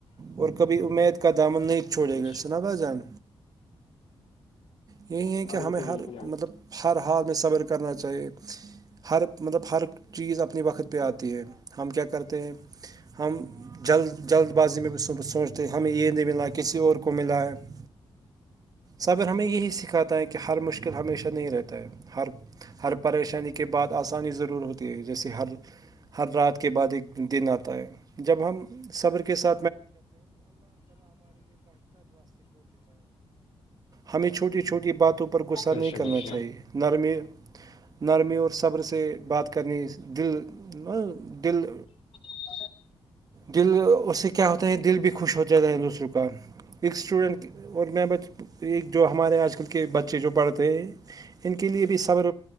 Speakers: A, on the right; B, on the left.
A: اور کبھی امید کا دامن نہیں چھوڑے
B: بیش
A: گئے سنابھ جان یہی ہے
B: ہاں
A: کہ
B: بالکل
A: ہمیں ہر
B: بالکل
A: مطلب ہر حال میں صبر کرنا چاہیے ہر مطلب ہر چیز اپنے وقت پہ آتی ہے ہم کیا کرتے ہیں ہم جلد جلد بازی میں بھی سوچتے ہمیں یہ نہیں ملا کسی اور کو ملا ہے ٹ ہے صبر ہمیں یہی سکھاتا ہے کہ ہر مشکل ہمیشہ نہیں رہتا ہے ہر ہر پریشان پریشانی کے بعد آسانی ضرور ہوتی ہے جیسے ہر ہر رات کے بعد ایک دن آتا ہے جب ہم ذںں ہمیں چھوٹی چھوٹی باتوں پر پر غصہ
B: بیش
A: نہیں کرنا
B: بیش
A: چاہیے نرمی نرمی اور صبر سے بات کرنی دل دل
B: ا
A: دل اس سے کیا ہوتا ہے دل بھی خوش ہو جاتا ہے دوسر کا ایک اسٹوڈنٹ اور میں ب ایک جو ہمارے آج کل کے بچے جو پڑھتے ہیں ان کے لیے بھی صبر